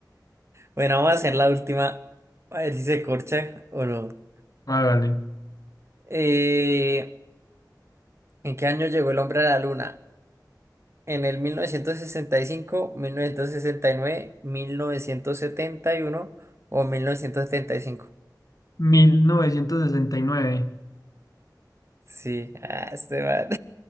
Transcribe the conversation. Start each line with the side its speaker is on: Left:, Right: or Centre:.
Right: Bueno, vamos a hacer la última. A ver si se corcha o no.
Left: Hágale.
Right: Eh, ¿en qué año llegó el hombre a la luna? En el mil mil mil novecientos novecientos novecientos sesenta sesenta y y cinco nueve mil novecientos setenta y uno o mil novecientos setenta y cinco
Left: mil novecientos sesenta y nueve.
Right: Sí, ah, este man.